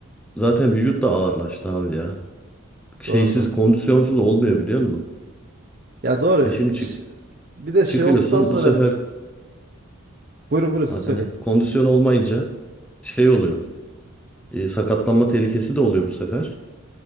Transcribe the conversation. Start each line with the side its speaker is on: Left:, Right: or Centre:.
Centre: zaten vücut da ağırlaştı abi ya. Şeysiz
Right: Doğru doğru.
Centre: kondisyonsuz olmuyor biliyor musun?
Right: Ya doğru.
Centre: E şimdi çık
Right: Ş- Bir de şey
Centre: çıkıyorsun
Right: olduktan sonra
Centre: bu sefer
Right: buyurun buyurun siz
Centre: aynen
Right: söyleyin.
Centre: kondisyon olmayınca şey oluyor. Ee, sakatlanma tehlikesi de oluyor bu sefer.